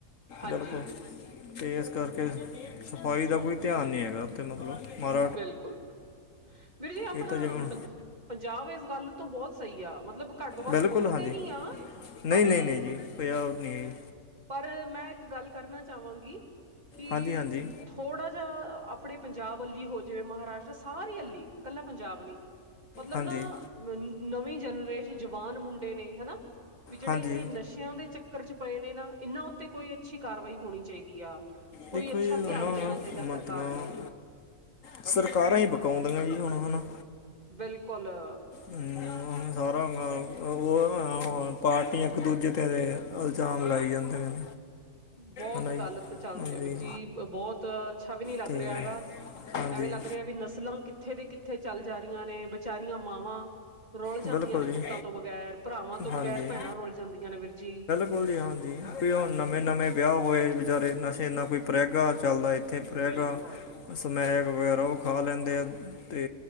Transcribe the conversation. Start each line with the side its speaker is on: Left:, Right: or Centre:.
Right: ਹਾਂਜੀ
Left: ਬਿਲਕੁਲ। ਤੇ ਇਸ ਕਰਕੇ ਸਫਾਈ ਦਾ ਕੋਈ ਧਿਆਨ ਨਹੀਂ ਹੈਗਾ। ਮਤਲਬ ਮਾਰ
Right: ਬਿਲਕੁਲ ਵੀਰ ਜੀ ਆਪਣਾ
Left: ਇਹ ਤਾਂ ਜਿਵੇਂ
Right: ਪੰਜ ਪੰਜਾਬ ਇਸ ਗੱਲ ਤੋਂ ਬਹੁਤ ਸਹੀ ਆ ਮਤਲਬ ਘੱਟ ਤੋਂ ਘੱਟ
Left: ਬਿਲਕੁਲ
Right: ਥੁੱਕਦੇ
Left: ਹਾਂਜੀ
Right: ਨੀ ਆ
Left: ਨਹੀਂ,
Right: ਪਰ
Left: ਨਹੀਂ, ਨਹੀਂ ਜੀ, ਪੰਜਾਬ ਨਹੀਂ ਈ।
Right: ਪਰ ਮੈਂ ਇੱਕ ਗੱਲ ਕਰਨਾ ਚਾਵਾਂਗੀ। ਕਿ
Left: ਹਾਂਜੀ ਹਾਂਜੀ
Right: ਥੋੜ੍ਹਾ ਜਿਹਾ ਆਪਣੇ ਪੰਜਾਬ ਅੱਲੀ ਹੋ ਜਾਵੇ, ਮਹਾਰਾਸ਼ਟਰ ਸਾਰੀ ਅੱਲੀ। ਕੱਲਾ ਪੰਜਾਬ ਨੀ। ਮਤਲਬ,
Left: ਹਾਂਜੀ
Right: ਨਾ, ਨਵੀਂ ਜਨਰੇਸ਼ਨ, ਜਵਾਨ ਮੁੰਡੇ, ਨੇ ਹੈ ਨਾ। ਵੀ, ਜਿਹੜੇ
Left: ਹਾਂਜੀ
Right: ਇਹ ਨਸ਼ਿਆਂ ਦੇ ਚੱਕਰ 'ਚ ਪਏ ਨੇ ਨਾ, ਇਹਨਾਂ ਉੱਤੇ ਕੋਈ ਅੱਛੀ ਕਾਰਵਾਈ ਹੋਣੀ ਚਾਹੀਦੀ ਆ। ਕੋਈ
Left: ਦੇਖੋ
Right: ਅੱਛਾ
Left: ਜੀ ਉਹਨਾਂ
Right: ਧਿਆਨ ਦੇਣਾ
Left: ਦਾ
Right: ਚਾਹੀਦਾ, ਸਰਕਾਰ
Left: ਮਤਲਬ
Right: ਨੇ।
Left: ਸਰਕਾਰਾਂ ਹੀ ਬਕਾਉਂਦੀਆਂ ਜੀ, ਹੁਣ ਹਨਾ।
Right: ਬਿਲਕੁਲ ਆ।
Left: ਹੂੰ ਸਾਰਾ ਉਹ <unintelligible> ਪਾਰਟੀਆਂ ਇੱਕ -ਦੂਜੇ 'ਤੇ ਇਲਜ਼ਾਮ ਲਾਈ ਜਾਂਦੇ ਨੇ।
Right: ਬਹੁਤ
Left: ਹਨਾ ਜੀ
Right: ਗਲਤ ਚੱਲ
Left: ਹਾਂਜੀ
Right: ਰਿਹਾ, ਵੀਰ ਜੀ, ਬਹੁਤ। ਅੱਛਾ ਵੀ ਨਹੀਂ ਲੱਗ
Left: ਤੇ
Right: ਰਿਹਾ ਹੈਗਾ।
Left: ਹਾਂਜੀ
Right: ਐਵੇਂ ਲੱਗ ਰਿਹਾ ਵੀ ਨਸਲਾਂ ਕਿੱਥੇ ਦੇ ਕਿੱਥੇ। ਉੱਥੇ ਚੱਲ ਜਾ ਰਹੀਆਂ ਨੇ, ਵਿਚਾਰੀਆਂ ਮਾਵਾਂ। ਰੁਲ ਜਾਂਦੀਆਂ
Left: ਬਿਲਕੁਲ
Right: ਨੇ, ਪੁੱਤਾਂ
Left: ਜੀ
Right: ਤੋਂ ਬਗੈਰ, ਭਰਾਵਾਂ ਤੋਂ ਬਗੈਰ,
Left: ਹਾਂਜੀ
Right: ਭੈਣਾਂ ਰੁਲ ਜਾਂਦੀਆਂ ਨੇ, ਵੀਰ ਜੀ।
Left: ਬਿਲਕੁਲ ਜੀ, ਹਾਂ ਜੀ। ਕੋਈ ਹੁਣ ਨਮੇ-ਨਮੇ ਵਿਆਹ ਹੋਏ ਵਿਚਰੇ, ਨਸ਼ੇ ਇੰਨਾ ਕੋਈ। ਪ੍ਰੇਗਾ ਚੱਲਦਾ ਇੱਥੇ, ਪ੍ਰੇਗਾ।
Right: ਬਿਲਕੁਲ।
Left: <unintelligible> ਸਮੈਕ ਵਗੈਰਾ ਉਹ ਖਾ ਲੈਂਦੇ ਆ, ਤੇ